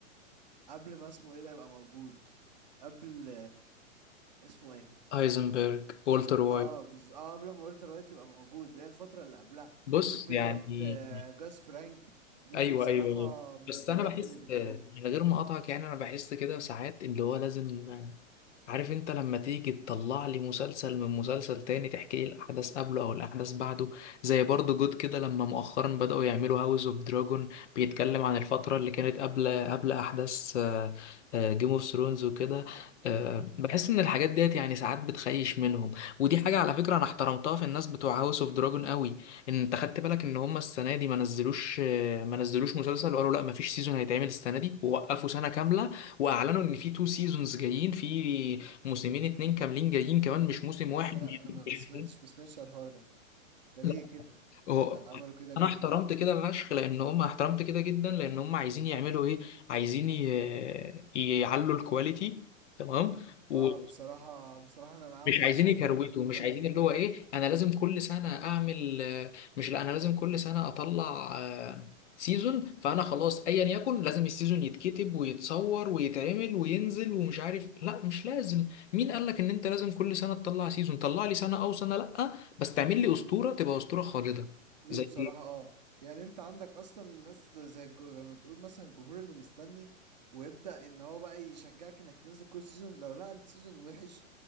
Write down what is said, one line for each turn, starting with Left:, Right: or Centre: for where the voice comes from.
Right: قبل ما اسمه ايه ده يبقى موجود قبل اسمه ايه
Left: هايزنبرج والتر وايت
Right: اه بز... اه قبل ما والتر وايت يبقى موجود اللي هي الفترة اللي قبلها
Left: بص
Right: بتشوف فيديوهات
Left: يعني
Right: آه، جاس فرانك دي
Left: ايوه
Right: بصراحة
Left: ايوه ايوه
Right: من
Left: بس
Right: البدايات
Left: انا بحس
Right: اللي بتموت
Left: من غير ما اقطعك يعني انا بحس كده ساعات اللي هو لازم عارف انت لما تيجي تطلع لي مسلسل من مسلسل تاني تحكي لي الاحداث قبله او الاحداث بعده زي برضه جود كده لما مؤخرا بدأوا يعملوا هاوس اوف دراجون بيتكلم عن الفترة اللي كانت قبل قبل احداث جيم اوف ثرونز وكده آه، بحس ان الحاجات ديت يعني ساعات بتخيش منهم ودي حاجة على فكرة انا احترمتها في الناس بتوع هاوس اوف دراجون قوي ان انت خدت بالك ان هم السنة دي ما نزلوش آه، ما نزلوش مسلسل وقالوا لا ما فيش سيزون هيتعمل السنة دي ووقفوا سنة كاملة واعلنوا ان في تو سيزونز جايين في موسمين اتنين كاملين جايين كمان مش موسم واحد
Right: ايه ده لا انا ما
Left: مش
Right: سمعتش ما سمعتش على الحوار ده ده ليه
Left: مش-
Right: كده
Left: هو
Right: ده عملوا كده ليه
Left: انا احترمت كده فشخ لان هم احترمت كده جدا لان هم عايزين يعملوا ايه عايزين ي- يعلوا الكواليتي تمام و
Right: اه
Left: آه،
Right: بصراحة بصراحة انا معاهم
Left: مش
Right: في الحتة
Left: عايزين يكروتوا
Right: دي ان الكواليتي
Left: مش عايزين اللي هو ايه انا لازم كل سنه اعمل مش لا انا لازم كل سنه اطلع آه، سيزون فانا خلاص ايا يكن لازم السيزون يتكتب ويتصور ويتعمل وينزل ومش عارف لا مش لازم مين قال لك ان انت لازم كل سنه تطلع سيزون طلع لي سنه او سنه لا بس تعمل لي اسطوره تبقى اسطوره خالده
Right: دي
Left: زي
Right: بصراحة
Left: ايه
Right: اه يعني انت عندك اصلا ناس زي الجو... زي ما تقول مثلا الجمهور اللي مستني ويبدأ ان هو بقى يشجعك انك تنزل كل سيزون لو لقى السيزون وحش